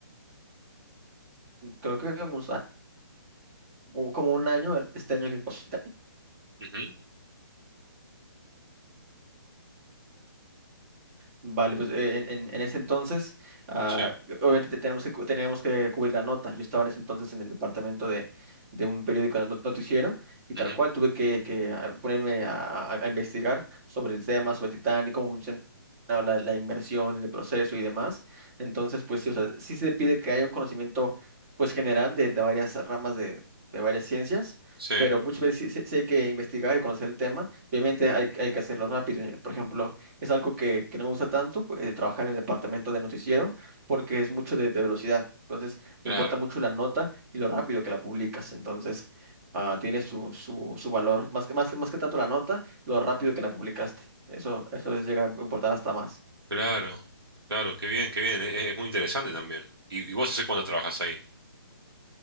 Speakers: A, on the right; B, on the right.
A: creo que unos a- u- como un año, el- este año que pasó,
B: ujú,
A: Vale, pues eh, en, en- en ese entonces, ah,
B: sí,
A: obviamente te- tenemos que, cu- teníamos que cubrir la nota. Yo estaba en ese entonces en el departamento de, de un periódico not- noticiero y tal
B: ujú,
A: cual tuve que, que, ah, ponerme a, a- a investigar sobre el tema, sobre el Titanic, cómo funciona la, la inmersión, el proceso y demás. Entonces, pues sí, o sea, sí se pide que haya un conocimiento pues general de, de varias ramas de, de varias ciencias,
B: sí,
A: pero muchas veces sí, sí- sí hay que investigar y conocer el tema. Obviamente hay, hay que hacerlo rápido. eh, Por ejemplo, es algo que, que no me gusta tanto, pues, de trabajar en el departamento de noticiero, porque es mucho de, de velocidad. Entonces,
B: claro.
A: importa mucho la nota y lo rápido que la publicas. Entonces, ah, tiene su, su, su valor. Más que, más, más que tanto la nota, lo rápido que la publicaste. Eso, eso a veces llega a importar hasta más.
B: Claro, claro, qué bien, qué bien. Es, es muy interesante también. ¿Y, y vos hace cuánto trabajas ahí?